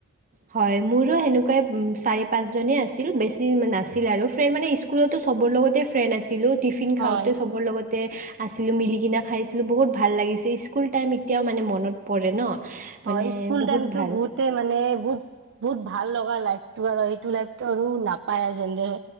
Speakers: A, on the right; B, on the right.
A: হয়, মোৰো সেনেকুৱাই চাৰি পাঁচজনেই আছিল বেছি নাছিল আৰু ফ্ৰেণ্ড মানে স্কুলতো চবৰ লগতে ফ্ৰেণ্ড আছিলো টিফিন
B: হয়
A: খাওঁতে চবৰ লগতে আছিলোঁ মিলিকিনে খাইছিলোঁ বহুত ভাল লাগিছে, স্কুল টাইম এতিয়াও মানে মনত পৰে ন'। মানে
B: হয়, স্কুল
A: বহুত
B: টাইমতটো
A: ভাল।
B: বহুত মানে বহুত বহুত ভাল লগা লাইফতটো আৰু সেইটো লাইফতটো আৰু নাপায় যে দে।